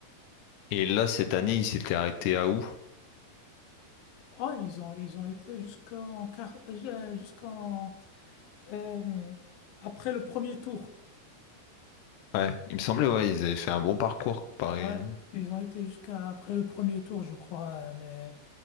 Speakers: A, on the left (about 85°); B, on the left (about 65°).
A: Et là, cette année, il s'était arrêté à où?
B: Oh, ils ont, ils ont été jusqu'en quart- euh, jusqu'en, euh, après le premier tour.
A: Ouais, il me semblait, ouais, ils avaient fait un bon parcours comparé.
B: Ouais,
A: hein.
B: ils ont été jusqu'à après le premier tour, je crois. euh, Mais,